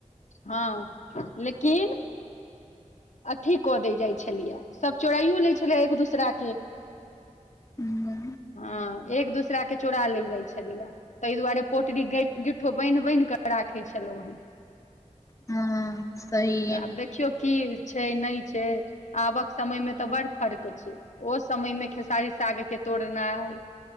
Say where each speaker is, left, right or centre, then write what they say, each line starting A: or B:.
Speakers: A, on the left; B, on the left.
A: हँ लेकिन अथी कऽ दै जाइ छलैया सभ चोराइयो लै छलै एक दोसराके
B: हू
A: हँ एक दूसरा के चोरा लै जाइ छलैया तै दुआरे पोटरी गइठ गिट्ठो बान्हि बान्हि कऽ राखै छलहुँ हे
B: हँ सही
A: तऽ आब देखियौ की छै नै छै आबक समय मे तऽ बड़ फर्क छै ओ समय मे खेसारी साग के तोड़नाइ